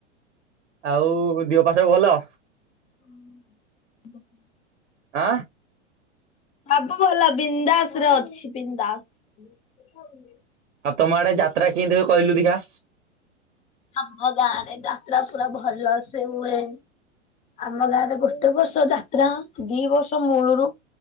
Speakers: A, on the right; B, on the left.
A: ଆଉ ଦିହ ପା ସବୁ ଭଲ?
B: ହଁ। <inaudible>
A: ଆ
B: ସବୁ ଭଲ ବିନ୍ଦାସ ରେ ଅଛି ବିନ୍ଦାସ। ଦେଖାହେଉନି
A: ଆଉ ତମ ଆଡେ ଯାତ୍ରା କେମିତି ହୁଏ କହିଲୁ ଦେଖିଆ?
B: ଆମ ଗାଁ ରେ ଯାତ୍ରା ପୁରା ଭଲ ସେ ହୁଏ। ଆମ ଗାଁରେ ଗୋଟେ ବର୍ଷ ଯା ତ୍ରା ଦି ବର୍ଷ ମୂଳରୁ